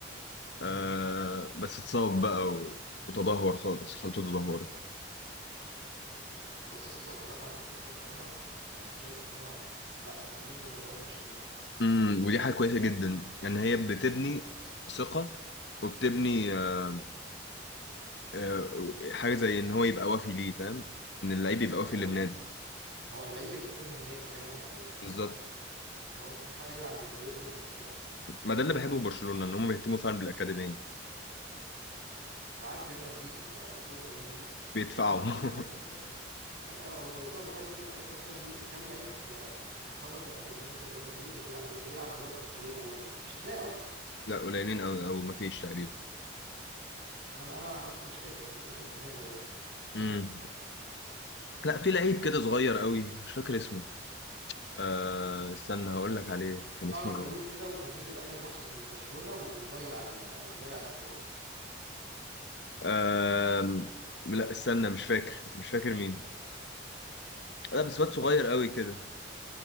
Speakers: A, on the right (about 60°); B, on the left (about 65°).
A: امم
B: آه بس اتصاب بقى و- وتدهور خالص حالته تدهورت
A: بس بص هو بصراحه يعني برشلونه انا شايف ان هو لا مهتمين بموضوع الناشئين ده
B: امم ودي حاجه كويسه جدا ان هي بتبني ثقه وبتبني آه آه، حاجه زي ان هو يبقى وافي ليه فاهم ان اللعيب يبقى وافي
A: ايوه
B: للنادي
A: ما هو اللعيب بيبقى ابن النادي فاهم يعني بيبقى
B: بالظبط
A: اللي هو مستحاله يلعب لفريق خصمه كده
B: ما ده اللي بحبه في برشلونه ان هم بيهتموا فعلا بالاكاديميه
A: على عكس ريال مدريد انت شفت ريال مدريد
B: بيدفعوا
A: آه، هات لي كده
B: <laughs>
A: اخر كام سنه آخر- اه هم بيدفعوا بس هات لي كده اخر كام سنه في كام لعيب آه، متخرج من اكاديميه ريال مدريد بيلعب بيلعب دلوقتي في الفريق الاول مش هتلاقي اصلا
B: لا قليلين قوي او مفيش تقريبا
A: أنا ما أنا عن نفسي مش فاكر ما فيش اسم في دماغي أقوله
B: امم لا في لعيب كده صغير قوي مش فاكر اسمه آه استنى هقول لك عليه كان
A: شعره
B: اسمه
A: طويل
B: ايه
A: كده وكان نزل آخر ماتش ضد برشلونة وضيع ال... وضيع انفراد
B: آه لا استنى مش فاكر مش فاكر مين لا بس واد صغير قوي كده